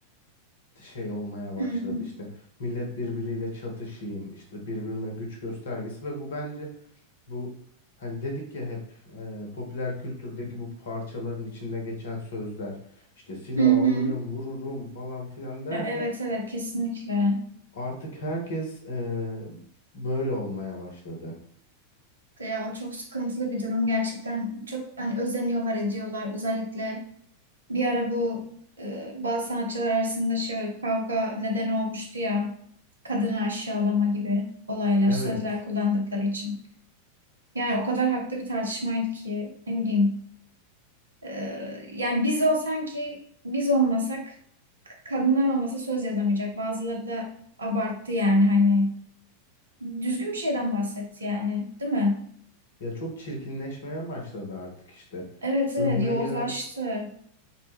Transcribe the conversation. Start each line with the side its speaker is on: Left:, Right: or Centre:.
Left: şey olmaya başladı.
Right: Hı hı.
Left: İşte millet birbiriyle çatışayım, işte birbirine güç göstergesi ve bu bence Bu hani dedik ya hep e, popüler kültürdeki bu parçaların içinde geçen sözler işte silah
Right: Hı hı.
Left: alırım vururum falan filan derken
Right: Ya Evet evet kesinlikle.
Left: artık herkes e, böyle olmaya başladı.
Right: Ya o çok sıkıntılı bir durum gerçekten. Çok hani özeniyorlar ediyorlar. Özellikle bir ara bu e, bazı sanatçılar arasında şey kavga nedeni olmuştu ya. Kadını aşağılama gibi olaylar,
Left: Evet.
Right: sözler kullandıkları için. Yani o kadar haklı bir tartışmaydı ki ne bileyim. E, yani biz o sanki biz olmasak k- kadınlar olmasa söz yazamayacak. Bazıları da abarttı yani hani düzgün bir şeyden bahsetti yani, değil mi?
Left: Ya çok çirkinleşmeye başladı artık işte.
Right: Evet evet
Left: Önüne
Right: yozlaştı.
Left: gelen